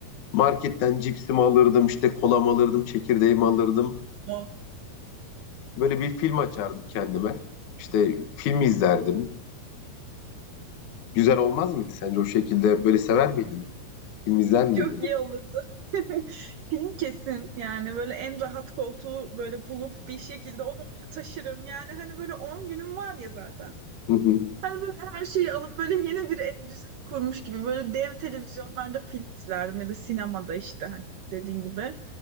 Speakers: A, on the left; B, on the right.
A: Marketten cipsimi alırdım, işte kolamı alırdım, çekirdeğimi alırdım.
B: O.
A: Böyle bir film açardım kendime. İşte film izlerdim. Güzel olmaz mıydı sence o şekilde? Böyle sever miydin? Film izler miydin?
B: Çok iyi olurdu. <laughs> Film kesin yani böyle en rahat koltuğu böyle bulup bir şekilde onu oraya taşırım. Yani hani böyle 10 günüm var ya zaten.
A: Hı hı.
B: Hani böyle her şeyi alıp böyle yeni bir ev düzeni kurmuş gibi böyle dev televizyonlarda film izlerim ya da sinemada işte hani dediğin gibi.